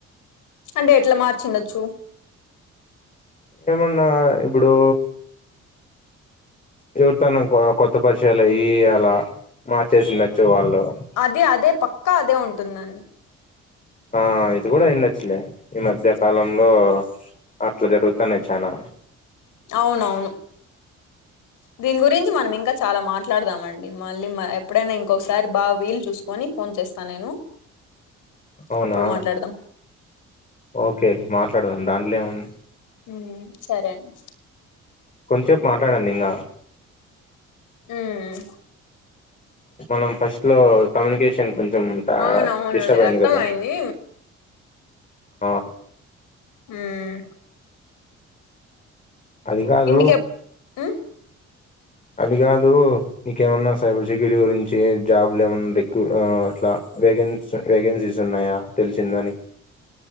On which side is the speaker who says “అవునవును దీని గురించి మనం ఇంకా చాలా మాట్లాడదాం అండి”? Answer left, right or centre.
Left